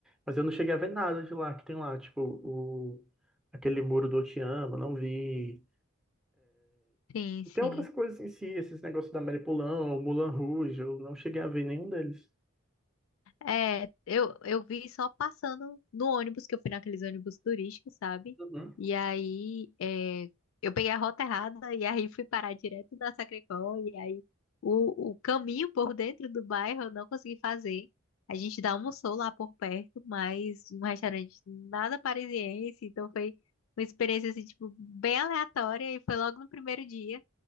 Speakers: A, in the centre; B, on the left (about 75°).
A: Mas eu não cheguei a ver nada de lá que tem lá, tipo, o, aquele muro do Otiama, não vi.
B: sim,
A: E
B: sim.
A: tem outras coisas em si, esses negócios da Maripolão, o Moulin Rouge, eu não cheguei a ver nenhum deles.
B: É, eu, eu vi só passando no ônibus, que eu fui naqueles ônibus turísticos, sabe?
A: Uhum.
B: E aí, é, eu peguei a rota errada e aí fui parar direto da Sacré-Cœur. E aí, o, o caminho por dentro do bairro eu não consegui fazer. A gente dá almoçou lá por perto, mas um restaurante nada parisiense. Então, foi uma experiência, assim, tipo, bem aleatória. E foi logo no primeiro dia.